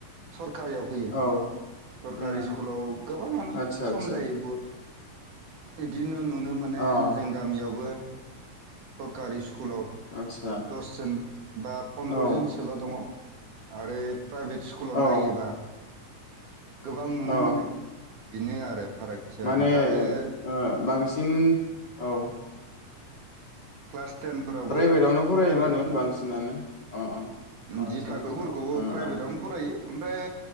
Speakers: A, on the right (about 70°); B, on the left (about 35°).
A: सर खारियाव होयो।
B: औ
A: सरकारि
B: उम
A: स्कुलाव गोबाङानो
B: आतसा आतसा
A: खम जायो बहुत इदिनो नुनो मोनो
B: औ
A: जों गामियावबो सरकारि सु कुलाव
B: आतसा
A: दस जोन बा पन्द्र'जनसोल'
B: औ
A: दङ । आरो प्राइभेट स्कुलाव
B: औ
A: नायोबा गोबां नुनो
B: औ
A: मोनो। बेनो आरो फारागथिया
B: माने
A: ओमफ्राय आरो
B: ओ बांसिन औ
A: क्लास टेनफोरावबो
B: प्राइभेटावनो फरायो
A: प्राइभेटावनो
B: माने बांसिनानो अ अ अ आतसा
A: जि थाखोफोरखौबो
B: आतसा अ
A: प्राइभेटआवनो
B: अ
A: फरायो ओमफ्राय